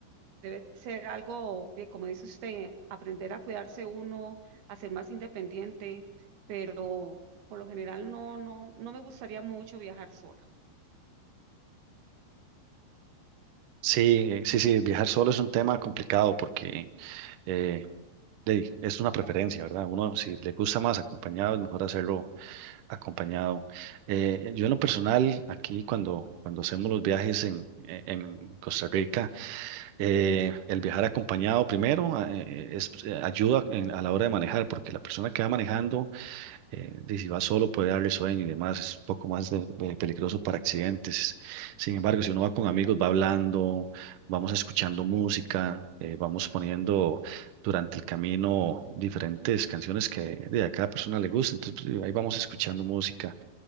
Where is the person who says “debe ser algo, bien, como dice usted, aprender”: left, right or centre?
Right